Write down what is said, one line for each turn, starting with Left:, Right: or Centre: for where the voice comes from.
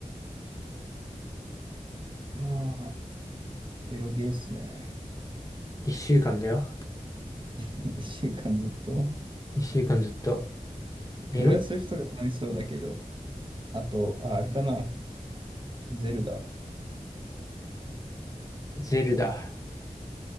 Right: まあ、エロゲーっすね。
Left: 一週間だよ。
Right: <laughs> 1週間ずっと。
Left: 一週間ずっと。
Right: グラセフとか楽しそうだけど、
Left: エロ
Right: あと、あ、あれかな、ゼルダ。
Left: ゼルダ。